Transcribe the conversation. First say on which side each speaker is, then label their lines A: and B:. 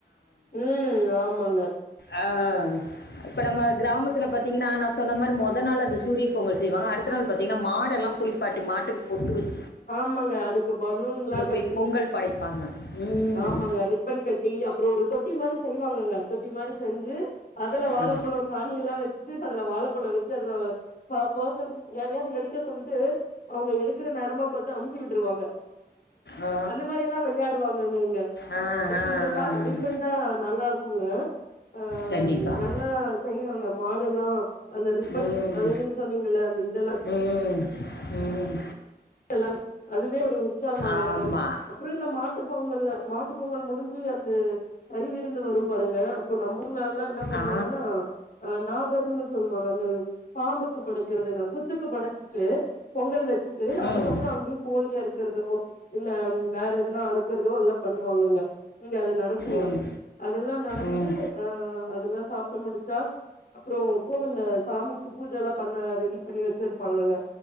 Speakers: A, on the left (about 50°); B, on the left (about 80°).
A: ம் ஆமாங்க
B: ஆஹ் இப்ப நம்ம கிராமத்துல பாத் தீங்கன்னா நா சொன்ன மாரி மொத நாள் அந்த சூரிய பொங்கல் செய்வாங்க அடுத்த நாள் பாத்தீங்கன்னா மாடெல்லா குளிப்பாட்டி மாட்டுக்கு பொட்டு வெச்
A: ஆமாங்க அதுக்கு பலூன்ல்லா கட்டி
B: போய் பொங்கல் படைப்பாங்க ம்
A: ஆமாங்க ரிப்பன் கட்டி அப்புறோ ஒரு தொட்டி மாரி செய்வாங்கங்க தொட்டி மாரி செஞ்சு அதுல
B: ம்.
A: வாழப்பழம் சாணி எல்லா வெச்சு சீஸ் பண்ணுனதுல வாழப்பழம் வெச்சு அதுல ப-பர்சன் யாரையாவது எடுக்க சொல்லிட்டு அவங்க எடுக்குற நேரமாப் பாத்து அமுக்கி விட்டுருவாங்க
B: ஆ
A: அந்த மாரி எல்லா விளையாடுவாங்கங்க இங்க
B: ஆ ஆ
A: அது
B: ஆ
A: கொஞ்சோ பாக்க டிஃப்ரெண்ட்டா நல்லா இருக்குங்க ஆஹ்
B: கண்டிப்பாக
A: நல்லா செய்வாங்க மாடெல்லா அந்த ரிப்பன்
B: ம்
A: அது நீங்க சொன்னீங்கல்ல அந்த இதெல்லா
B: ம் ம்
A: ட்லாங் அதுவே ஒரு உற்சாகம் ஆகுற
B: ஆமாம்
A: மாரி அப்புறோ இந்த மாட் டுப் பொங் இன்னுல்ல மாட்டுப் பொங்கல் முடிஞ்சு அந்த கறிவிருந்து வரும் பாருங்க அப்போ நம்ம ஊரு ஆளுல்லா என்ன பண்ணுவாங்கன்னா
B: ஆ
A: நா கர்னு சொல்லுவாங்க அந்த பாம்புக்கு படைக்கிறதுங்க புத்துக்கு படைச்சிட்டு பொங்கல் வெச்சு அதுக்கப்புறோ
B: ம்
A: அங்கேயே கோழி அறுக்கிறது இல்ல ம் வேற எதனா அறுக்கிறதோ எல்லா பண்ணுவாங்கங்க இங்க அது நடக்குங்க
B: ம்
A: அதெல்லா நடந்து
B: ம்
A: ஆஹ அதெல்லா சாப்ட்டு முடிச் சா அப்புறோ கோவில்ல சாமிக்கு பூஜல்லா பண்ண ரெடி பண்ணி வெச்சிருப்பாங்கங்க